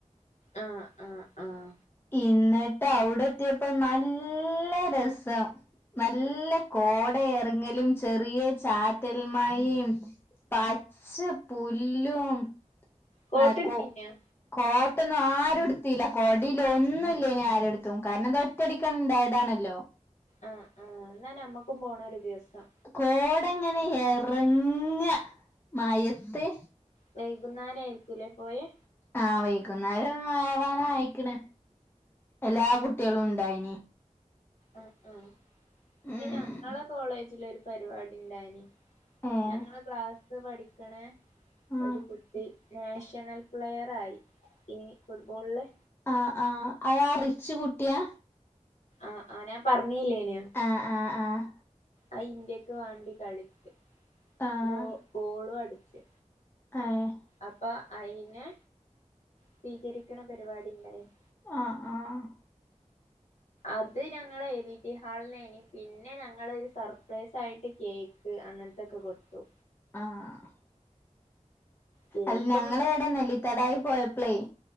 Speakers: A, on the left; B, on the left.
A: ആഹ് ആഹ് ആഹ്
B: ഇന്നിട്ട് അവിടെത്തിയപ്പോ നല്ല രസം നല്ല കോടയെറങ്ങലും ചെറിയ ചാറ്റൽമയേം പച്ച പുല്ലും
A: കോട്ടെടുത്തീന്യോ
B: നാ കോ കോട്ടൊന്നും ആരുംട്ത്തീലാ കൊടീലാ ഒന്നുംല്ലൈനി ആരെടുത്തും കാരണന്താ <unintelligible> ന്തായതാണല്ലോ
A: ആഹ് ആഹ് ന്നാ നമ്മക്കും പോണൊരു ദിവസം
B: കോടങ്ങനെ എറങ്ങ മയത്ത്
A: വൈകുന്നേരാരിക്കൂല്ലേ പോയേ
B: ആഹ് വൈകുന്നേരാവാനായേക്ക്ണ് എല്ലാ കുട്ടികളുംണ്ടായിനി
A: ആഹ് ആഹ് പിന്നെ
B: ഉം
A: ഞങ്ങളെ കോളേജിലൊരു പരിപാടിണ്ടായിനി
B: ഏഹ്
A: ഞങ്ങളെ ക്ലാസ്ല് പഠിക്ക്ണേ
B: ആഹ്
A: ഒരു കു ട്ടി നാഷ്ണൽ പ്ലെയറായി ഈ ഫുട്ബോളില്
B: ആഹ് ആഹ് അയാ റിച്ച് കുട്ടിയാ
A: ആഹ് ആഹ് ഞാൻ പറഞ്ഞീല്ലേനോ
B: ആഹ് ആഹ് ആഹ്
A: ആ ഇന്ത്യക്ക് വാണ്ടി കളിച്ച്
B: ആഹ്
A: ഗോ ഗോളുംഅടിച്ച്
B: ഏഹ്
A: അപ്പൊ അയ്നെ സ്വീകരിക്കണ പരിപാടിണ്ടായിനി
B: ആഹ് ആഹ്
A: അത് ഞങ്ങള വിടി ഹാള്നേനി പിന്നെ ഞങ്ങളൊരു സർപ്രൈസായിട്ട് കേക് ക്ക് അങ്ങൻത്തൊക്കെ കൊടുത്തു
B: ആഹ്
A: കേക്കൊന്നും
B: അൽ ഞങ്ങളാടെ
A: കി
B: നെലിത്തടായി പോയപ്പളേ